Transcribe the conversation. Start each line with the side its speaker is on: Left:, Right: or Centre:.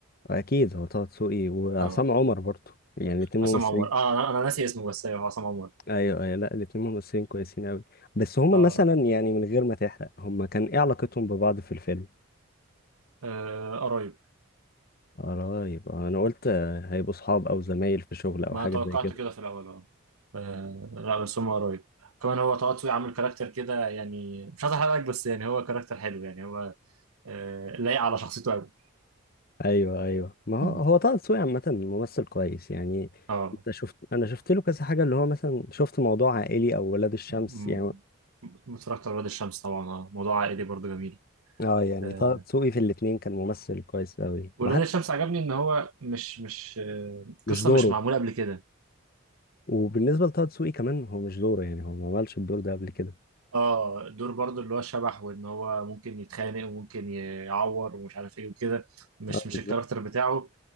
Left: اكيد هو طه دسوقي وعصام
Right: اه
Left: عمر برضه يعني الاتنين
Right: عصام
Left: ممثلين
Right: عمر اه انا أنا ناسي اسمه بس ايوه هو عصام عمر
Left: ايوه ايوه لا الاتنين ممثلين كويسين قوي بس هما
Right: اه
Left: مثلا يعني من غير ما تحرق هما كان ايه علاقتهم ببعض في الفيلم
Right: آه، قريب
Left: قرايب آه، انا قلت آه، هيبقوا صحاب او زمايل في شغل او
Right: ما
Left: حاجه
Right: انا توقعت
Left: زي كده
Right: كده في الاول اه آه، لا بس هم قريب كمان هو طه دسوقي عامل كاركتر كده يعني مش عايز احرقك بس يعني هو كاركتر حلو يعني هو آه، لايق على شخصيته قوي
Left: ايوه ايوه ما هو
Right: <laughs>
Left: هو طه دسوقي عامه ممثل كويس يعني
Right: اه
Left: انت شفت انا شفت له كذا حاجه اللي هو مثلا شفت موضوع عائلي او ولاد الشمس
Right: م-
Left: يعني
Right: م- اتفرجت على ولاد الشمس طبعا اه موضوع عائلي برضه جميل
Left: اه يعني
Right: آه،
Left: طه دسوقي في الاتنين كان ممثل كويس قوي
Right: ولاد
Left: وحتى
Right: الشمس عجبني ان هو مش مش آه،
Left: مش
Right: قصه
Left: دوره
Right: مش معموله قبل كده
Left: وبالنسبه لطه دسوقي كمان هو مش دوره يعني هو ما عملش الدور ده قبل كده
Right: اه دور برضه اللي هو شبح وان هو ممكن يتخانق وممكن يعور ومش عارف ايه وكده مش
Left: اه
Right: مش
Left: بالظبط
Right: الكاركتر بتاعه